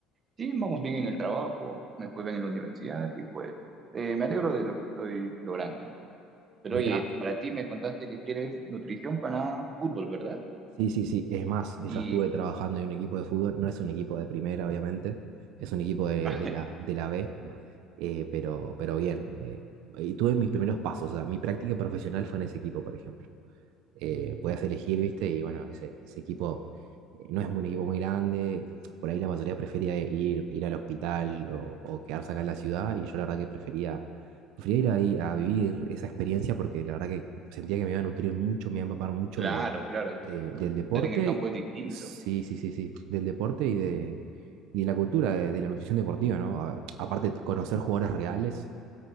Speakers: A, on the right (about 25°); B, on the right (about 70°).
A: sí, vamos bien en el trabajo, me fue bien en la universidad y pues eh, me alegro de lo que estoy logrando, ¿no? Pero
B: Mirá,
A: oye, para ti me contaste que quieres nutrición para fútbol, ¿verdad?
B: sí, sí, sí. Es más, yo
A: Y
B: estuve trabajando en un equipo de fútbol. No es un equipo de primera, obviamente. Es un equipo de,
A: <laughs>
B: de la, de la B, eh, pero, pero bien. eh, y tuve mis primeros pasos. O sea, mi práctica profesional fue en ese equipo, por ejemplo. eh, puedas elegir, ¿viste? Y bueno, ese, ese equipo eh, no es un equipo muy grande, por ahí la mayoría prefería ir, ir al hospital o, o quedarse acá en la ciudad y yo la verdad que prefería, prefería ir ahí a vivir esa experiencia porque la verdad que sentía que me iba a nutrir mucho, me iba a empapar mucho
A: claro,
B: de,
A: claro,
B: de- del deporte,
A: estar en el campo es distinto.
B: sí, sí, sí, sí, del deporte y de, y de la cultura de, de la nutrición deportiva, ¿no? A- aparte conocer jugadores reales